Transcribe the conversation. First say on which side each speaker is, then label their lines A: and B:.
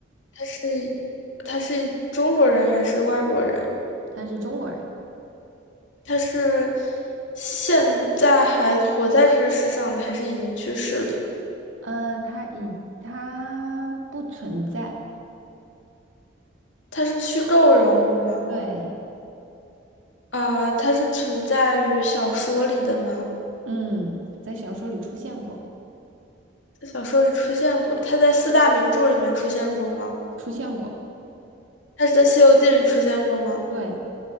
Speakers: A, on the left; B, on the right.
A: 他是他是中国人还是外国人？
B: 他是中国人，
A: 他是现在还活在这个世上的，还是已经去世的？
B: 嗯，他已他不存在，
A: 他是虚构人物吗？
B: 对，
A: 啊、他是存在于小说里的吗？
B: 嗯，在小说里出现过，
A: 在小说里出现过，他在四大名著里面出现过吗？
B: 出现过，
A: 他是在《西游记》里出现过吗？
B: 对。